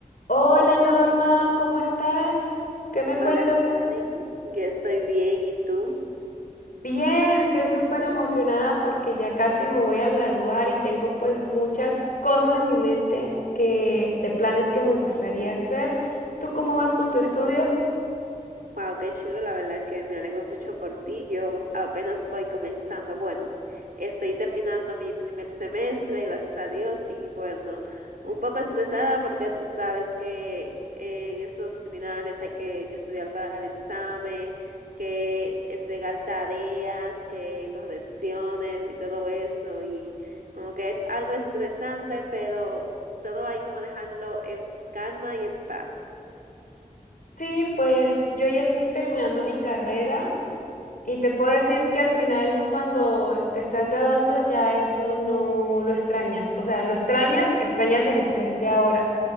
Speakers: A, on the left (about 80°); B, on the right (about 85°).
A: Hola Norma, ¿cómo estás? ¿Qué me cuentas?
B: Hola Karen, yo estoy bien, ¿y tú?
A: Bien, estoy súper emocionada porque ya casi me voy a graduar y tengo pues muchas cosas en mi mente que de planes que me gustaría hacer. ¿Tú cómo vas con tu estudio?
B: Wow, qué chulo, la verdad que me alegro mucho por ti. Yo apenas voy comenzando. Bueno, estoy terminando mi primer semestre, gracias a Dios, y bueno, un poco estresada porque tú sabes que eh, en estos finales hay que, que estudiar para el examen, que entregar tareas, que correcciones y todo eso, y como que es algo estresante, pero todo hay que manejarlo en calma y en paz.
A: Sí, pues yo ya estoy terminando mi carrera y te puedo decir que al final cuando te estás graduando ya eso no lo extrañas. O sea, lo extrañas, extrañas el estrés de ahora.